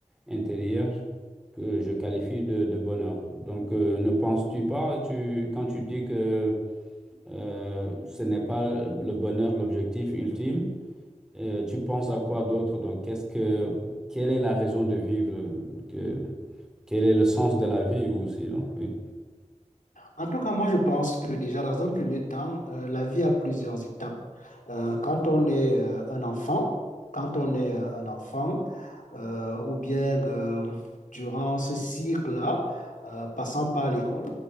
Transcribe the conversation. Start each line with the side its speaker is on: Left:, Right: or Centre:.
Centre: intérieure que je qualifie de, de bonheur. Donc euh, ne penses-tu pas, tu, quand tu dis que euh, ce n'est pas le bonheur l'objectif ultime, euh, tu penses à quoi d'autre? Donc qu'est-ce que, quelle est la raison de vivre? Que, quel est le sens de la vie ou sinon? Oui.
Left: En tout cas, moi, je pense que déjà dans un premier temps, euh, la vie a plusieurs étapes. Euh, quand on est euh, un enfant, quand on est euh, un enfant, euh, ou bien euh, durant ce cycle-là, euh, passant par l'école,